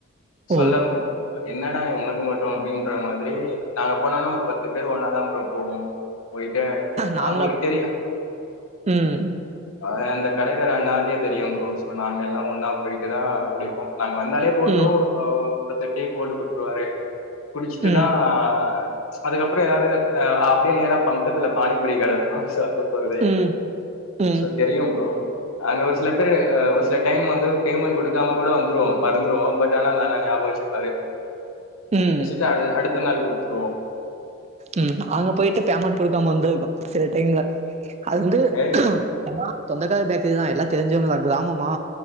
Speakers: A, on the left (about 80°); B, on the right (about 30°).
A: சொல்ல
B: ஓ
A: என்னடா இவ உனக்கு மட்டு அப்படின்ற மாதிரி நாங்க போனோனா ஒரு பத்து பேரு ஒன்னாதா ப்ரோ போவோ போயிட்டு
B: நாங்களா
A: அவங்களுக்கு தெரியு
B: ம்
A: அது அந்த கடக்காற அண்ணாக்கே தெரியும் ப்ரோ சோ நாங்க எல்லா ஒன்னா போயிட்டு தா குடிப்போ நாங்க வந்தாலே போட்டுறோ
B: ம்
A: பத்து டீ போட்டு குடுத்துருவாரு குடிச்சிட்டுதா
B: ம்
A: ஆ அதுக்கப்புறோ எதாவது அப்படியே நேரா பக்கத்துல பானிபூரி கடே இருக்கு சோ அது வருது
B: ம் ம்
A: சோ தெரியும் ப்ரோ அங்க ஒரு சில பேர் ஒரு சில டைம் வந்து பேமெண்ட் குடுக்காம கூட வந்துருவோ மறந்துருவோம் பட் தெனோந்தனே ஞாபகோ வெச்சிப்பாரு
B: ம்
A: வெச்சிட்டு அடு அடுத்த நாள் குடுத்துருவோ
B: உம் நாங்க போயிட்டு பேமண்ட் குடுக்காம வந்துருக்கோ சில டைம்ல அது வந்து
A: ஓகே.
B: ஆ சொந்தக்கார பேக்ரிதா எல்லா தெரிஞ்சவங்கதா கிராமமா